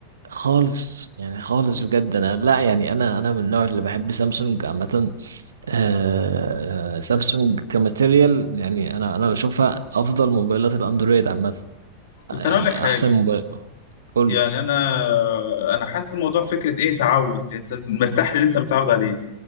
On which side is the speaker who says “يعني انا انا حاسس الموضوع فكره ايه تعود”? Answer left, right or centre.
Left